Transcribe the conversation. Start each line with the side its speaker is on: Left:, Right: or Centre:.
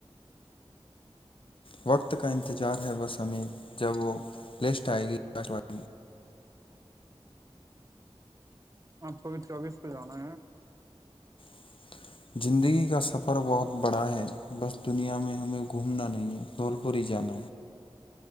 Left: وقت کا انتظار ہے بس ہمیں جب وہ لسٹ آئے گی آکاش وانی
Right: آپ چوبیس چوبیس کو جانا ہے
Left: <inaudible> زندگی کا سفر بہت بڑا ہے بس دنیا میں ہمیں گھومنا نہیں ہے دول پوری جان